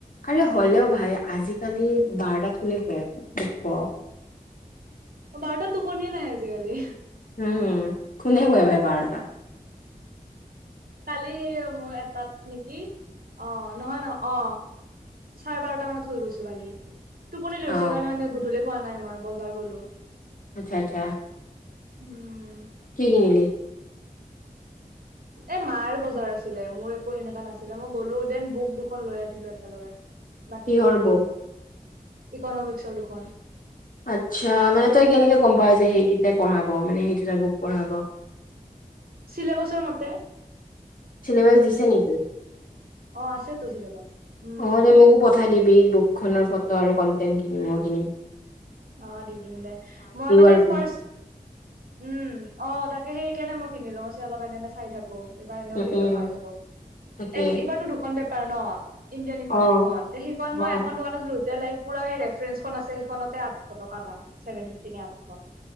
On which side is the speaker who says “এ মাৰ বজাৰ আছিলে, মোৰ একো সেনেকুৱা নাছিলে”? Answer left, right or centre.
Right